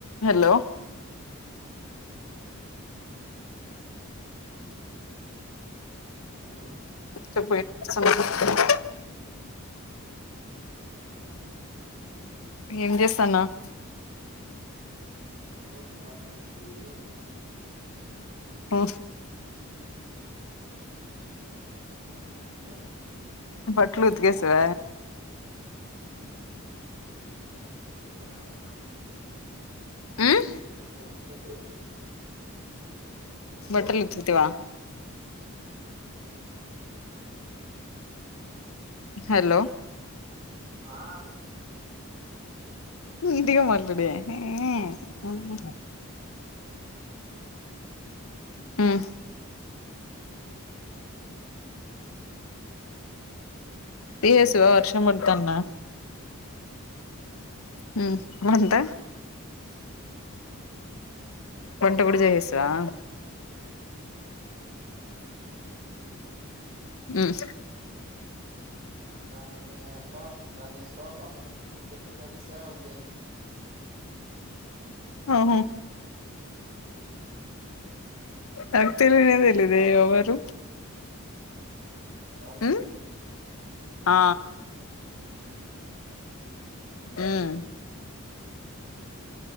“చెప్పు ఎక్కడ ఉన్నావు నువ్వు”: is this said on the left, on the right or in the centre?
Left